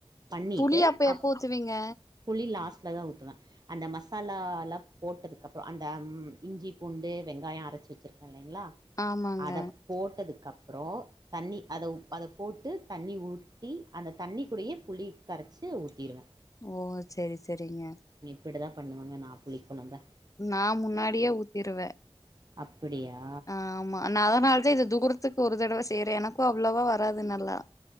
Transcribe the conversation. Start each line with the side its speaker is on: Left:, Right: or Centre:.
Right: பண்ணிட்டு
Left: புளி அப்ப
Right: அப்
Left: எப்ப ஊத்துவீங்க
Right: புளி லாஸ்ல தா ஊத்துவ அந்த மசாலா லா போட்டதுக்கப்றோ அந்த ம் இஞ்சி பூண்டு வெங்காயோ அரச்சு வச்சிருக் ல்லைங்ளா
Left: ஆமாங்க
Right: அத போட்டதுக்கப்றோ தண்ணி அத அத போட்டு தண்ணி ஊத்தி அந்த தண்ணிக்குடயே புளி கரச்சி ஊத்திடுவ
Left: ஓ செரி செரிங்க
Right: இப்டி தா பண்ணுவாங்க நா புளிகொழம்ப
Left: நா முன்னாடியே ஊத்திருவே
Right: அப்புடியா
Left: ஆமா நா அதனால தா இது தூரத்துக்கு ஒரு தடவ செய்றே எனக்கு அவ்ளவா வராது நல்லா